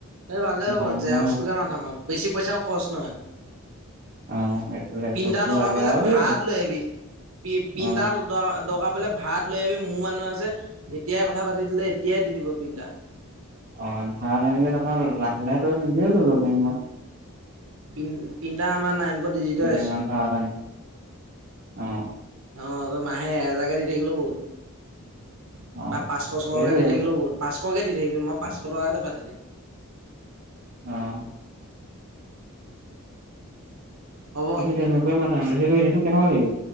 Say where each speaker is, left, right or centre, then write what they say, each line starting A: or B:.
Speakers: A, on the right (about 65°); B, on the right (about 40°).
A: এই ভালে
B: সেইকাৰণে
A: হ'ব
B: মানে
A: জেৰক্স টোকে মাথা মাৰ বেছি পইচাও খৰচ নহয়
B: অ লেপটপটো
A: পিন্দা দগাবলে
B: লাগে আৰু
A: ভাড়াত
B: এই
A: লৈ আহবি পি পিন্দা
B: অ
A: দগাবলে ভাত লৈ আহিবি মোৰ মানুহ আছে এতিয়াই কথা পাতি দিলে এতিয়াই দি দিব প্ৰিন্টা
B: অ ভাৰাত আনিলে তাৰপৰা লাহে লাহে ত নিজেও লৈ লব পাৰিম ম
A: প্ৰিন্টাৰ আমাৰ নাইন ফ' ডিজিট
B: কেইদিনমান
A: এছ
B: ভাড়াত আনি অ
A: অ তই মাহে এহেজাৰকে দি থাকিলো বহুত
B: অ
A: বা পাঁচশ ছশকে
B: এইটো
A: দি থাকিলেও বহুত পাঁচশকে দি থাকিবি মই পাঁচশ টকাতে পাতি দিম।
B: অহ
A: হ'ব।
B: ইহঁতি এনেকুৱাই মান সেইটো সেইটো কেনেকুৱা লাগিব।